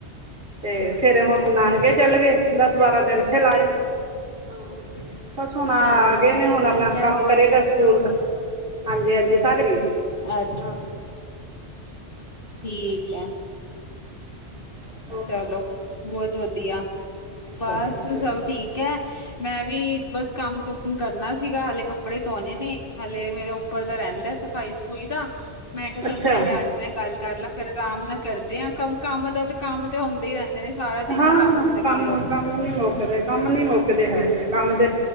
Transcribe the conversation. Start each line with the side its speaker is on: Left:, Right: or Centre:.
Right: ਤੇ ਫੇਰ ਹੁਣ
Left: ਅੱਛਾ
Right: ਨਾਨਕੇ
Left: ਅੱਛਾ
Right: ਚੱਲ ਗੇ। ਦਸ ਬਾਰਾਂ ਦਿਨ ਓਥੇ ਲਾਏ, ਹਾਂ ਬਸ ਹੁਣ ਆ
Left: ਹਾਂ
Right: ਗਏ ਨੇ ਹੁਣ
Left: ਠੀਕ
Right: ਆਪਣਾ।
Left: ਹੈ ਹੋਰ
Right: ਫੇਰ ਆ ਸਕੂਲ ਦਾ ਹਾਂਜੀ- ਹਾਂਜੀ ਸਾਰੇ ਹੈ,
Left: ਅੱਛਾ
Right: ਹਾਂ
Left: ਠੀਕ ਏ
Right: ਹਹ <unintelligible>
Left: ਚਲੋ ਬੋਤ ਵਧੀਆ, ਬਸ
Right: ਸਭ ਵਧੀਆ
Left: ਸਭ
Right: ਜੀ।
Left: ਠੀਕ। ਕ ਐ ਮੈਂ ਵੀ ਬਸ ਕੰਮ ਕੁਮ ਕਰਨਾ ਸੀਗਾ ਹਲੇੇ ਕੱਪੜੇ ਤੋਨੇ ਨੇ। ਹਾਲੇ ਮੇਰੇ ਉੱਪਰ ਦਾ ਰਹਿੰਦਾ ਐ ਸਫ਼ਾਈ ਸਫ਼ੂਈ ਦਾ, ਮੈਂ ਕਿਆ ਚੱਲ
Right: ਅੱਛਾ
Left: ਪਹਿਲੇ ਆਂਟੀ ਨਾਲ ਗੱਲ ਕਰ ਲਾ ਫੇਰ ਆਰਾਮ ਨਾਲ ਕਰਦੇ ਆਂ ਕੰਮ, ਕੰਮ ਦਾ ਤੇ ਕੰਮ ਤੇ ਹੁੰਦਾ ਈ ਰਹਿੰਦੇ। ਨੇ ਸਾਰਾ ਦਿਨ
Right: ਹਾਂ
Left: ਹੀ ਕੰਮ ਚ ਲੱਗੇ
Right: ਕੰਮ
Left: ਰਹੋ
Right: ਤਾ ਨਈ ਮੌਕਦੇ। ਕੰਮ ਨੀ ਮੁੱਕਦੇ ਹੈਗੇ ਕੰਮ ਤੇ